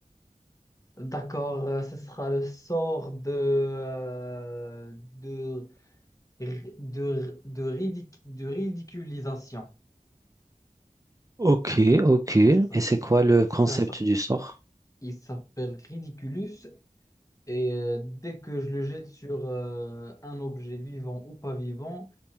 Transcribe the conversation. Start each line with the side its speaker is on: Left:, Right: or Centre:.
Left: D'accord, euh, ce sera le sort de, euh, de, ri- de, de, ridic- de ridiculisation.
Right: Ok, ok. Et
Left: C'est ça.
Right: c'est quoi le concept
Left: Ça, ça.
Right: du sort?
Left: Il s'appelle Ridiculus et euh, dès que je le jette sur euh, un objet vivant ou pas vivant,